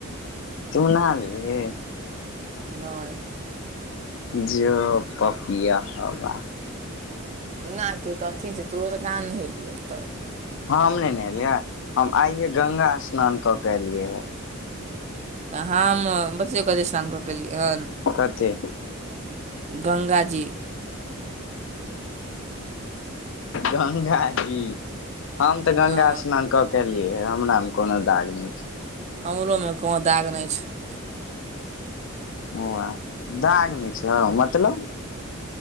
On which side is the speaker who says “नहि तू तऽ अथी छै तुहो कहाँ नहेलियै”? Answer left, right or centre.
Right